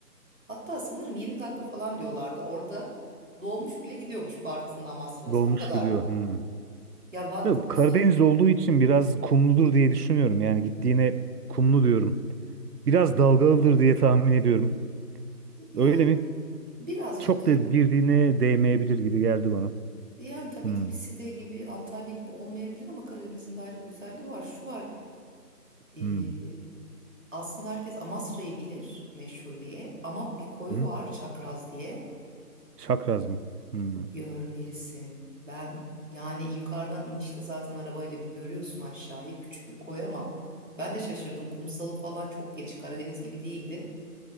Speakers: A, on the right (about 50°); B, on the right (about 70°).
A: Hatta sanırım 20 dakika falan diyorlardı orada dolmuş bile gidiyormuş Bartın'la Amasra arası
B: Dolmuş
A: o kadar.
B: gidiyor. Hmm.
A: Ya vaktim
B: Tabii
A: olsa
B: Karadeniz olduğu için biraz kumludur diye düşünüyorum. Yani gittiğine kumlu diyorum. Biraz dalgalıdır diye tahmin ediyorum.
A: yani
B: Öyle mi?
A: birazcık
B: Çok da girdiğine değmeyebilir gibi geldi bana.
A: Yani tabii
B: Hmm.
A: ki bir Side gibi, Antalya gibi olmayabilir ama Karadeniz'in de ayrı bir güzelliği var. Şu var, e,
B: Hmm.
A: aslında herkes Amasra'yı bilir meşhur diye ama bir koyu
B: Hmm.
A: var Çakraz diye
B: Çakraz mı? Hmm.
A: görmelisin. Ben yani yukarıdan inişte zaten arabayla bir görüyorsun aşağıyı küçük bir koy ama ben de şaşırdım. Kumsalı falan çok geniş Karadeniz gibi değildi.